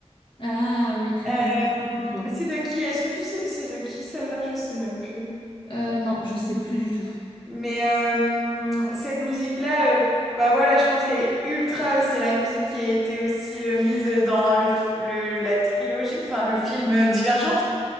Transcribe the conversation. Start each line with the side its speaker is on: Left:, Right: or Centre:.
Left: Ah oui, très
Centre: Euh,
Left: bonne très bon choix.
Centre: c'est de qui? Est-ce que tu sais de c'est de qui celle-là? Je sais même plus.
Left: Euh, non, je sais plus du tout.
Centre: Mais euh, cette musique-là, euh, bah voilà, je pense qu'elle est ultra. C'est la musique qui a été aussi euh, mise dans le, le- la trilogie, enfin le film euh, Divergente.